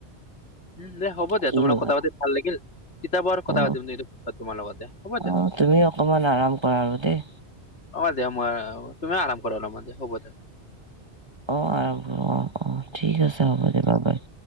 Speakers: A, on the left (about 80°); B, on the right (about 25°).
A: উম দে, হ'ব দে।
B: কি
A: তোমাৰ লগত
B: হ'বা
A: কথা পাতি ভাল লাগিল। কেতিয়াবা আৰু কথা
B: অ',
A: পাতিম তোমাৰ লগতে হ'ব দিয়া।
B: অ', তুমিও অকমান আৰাম কৰা আৰু দেই।
A: অ' দিয়া। মই- তুমি আৰাম কৰা অলপমান দিয়া, হ'ব দে।
B: অ' আৰাম কৰোঁ, অ' - অ'। ঠিক আছে। হ'ব দে, বা-বাই।